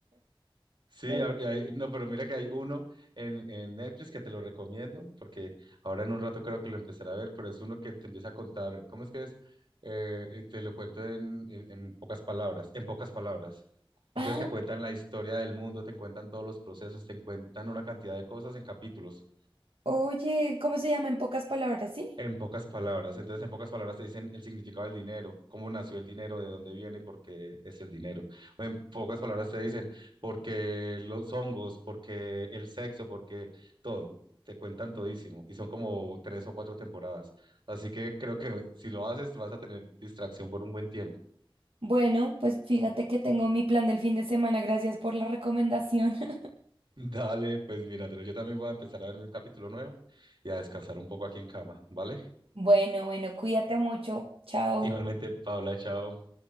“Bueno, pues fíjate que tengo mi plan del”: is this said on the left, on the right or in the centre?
Right